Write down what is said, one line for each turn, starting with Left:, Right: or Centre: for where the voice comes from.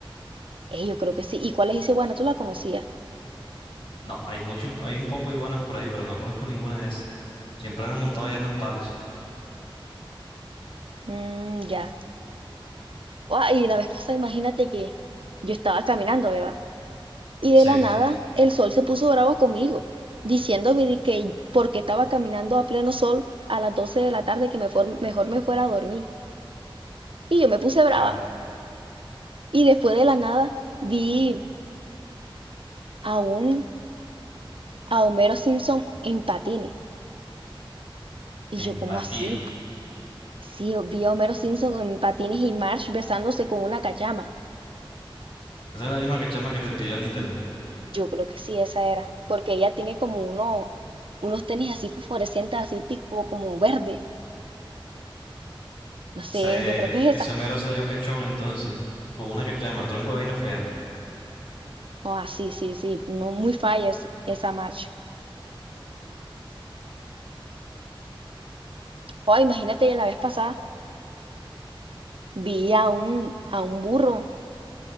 Right: Eh, yo creo que sí. ¿Y cuál es ese iguana? ¿Tú la conocías?
Left: No, hay mucho, hay un poco de iguanas por ahí, pero no conozco ninguna de esas. Siempre andan montados allá en los palos.
Right: Mm, ya. Guau, y la vez pasada, imagínate que yo estaba caminando, ¿verdad? Y
Left: Sí.
Right: de la nada el sol se puso bravo conmigo, diciéndome de que porque estaba caminando a pleno sol a las 12 de la tarde que me fuer- mejor me fuera a dormir. Y yo me puse brava.
Left: Ah,
Right: Y después de la nada vi a un a Homero Simpson en patines. Y
Left: empatir.
Right: yo, ¿cómo así? Sí, vi a Homero Simpson en patines y Marge besándose con una cachama.
Left: Esa es la misma cachama que te pidió el internet.
Right: Yo creo que sí, esa era, porque ella tiene como uno, unos tenis así fosforescentes, así tipo como verde. No sé,
Left: Ese,
Right: yo creo que es
Left: ese
Right: esa.
Left: Homero salió cachón entonces. Y con una cachama, tronco de vaina fea.
Right: Ah, sí, sí, sí, no muy falla es- esa marcha. Oh, imagínate, yo la vez pasada vi a un, a un burro,